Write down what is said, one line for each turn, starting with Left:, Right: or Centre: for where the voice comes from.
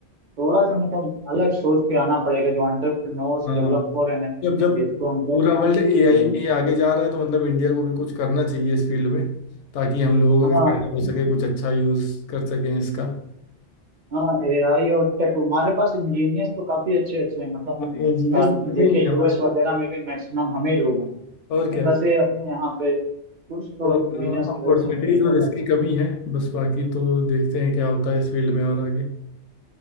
Right: थोड़ा सा मतलब अलग सोच के आना पड़ेगा जो एंटरप्रेन्योर्स
Left: हाँ
Right: डेवलप हो रहे हैं नए नए
Left: जब जब
Right: generation, तो उनको
Left: पूरा वर्ल्ड एआई
Right: हम्म,
Left: में ही आगे जा रहा है तो मतलब इंडिया को भी कुछ करना चाहिए इस फील्ड में ताकि हम लोग
Right: हाँ
Left: अभी फायदा हो सके कुछ अच्छा यूज कर सकें इसका
Right: हाँ एआई और टेक हमारे पास इंजीनियर्स तो काफी अच्छे अच्छे हैं मतलब
Left: इंजीनियर
Right: अ,
Left: कमी
Right: देखिए
Left: नहीं है
Right: यूएस
Left: हमारे
Right: वगैरह में भी मैक्सिमम हम ही लोग हैं लेकिन
Left: और क्या
Right: बस ये अपने यहाँ पे कुछ तो
Left: थोड़ा सा
Right: रीजंस
Left: अपॉर्चुनिटीज
Right: की वजह से हम फेल कर
Left: और इसकी
Right: जाते हैं
Left: कमी है बस बाकी तो देखते हैं क्या होता है इस फील्ड में और आगे